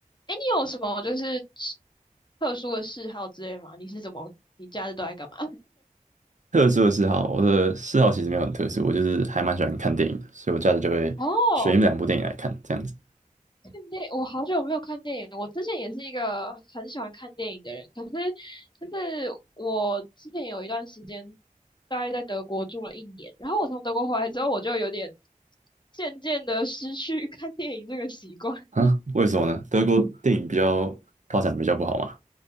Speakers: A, on the left; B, on the right.
A: 哎，你有什么就是特殊的嗜好之类吗？你是怎么，你假日都在干嘛？
B: 特殊的嗜好，我的嗜好其实没有很特殊，我就是还蛮喜欢看电影的，所以我假日就会选一两部电影来看，
A: <laughs> 哦，
B: 这样子
A: 看电我好久没有看电影。我之前也是一个很喜欢看电影的人，可是就是我之前有一段时间大概在德国住了一年，然后我从德国回来之后，我就有点渐渐的失去 <laughs> 看电影这个习惯。
B: 啊？为什么呢？德国电影比较发展比较不好嘛？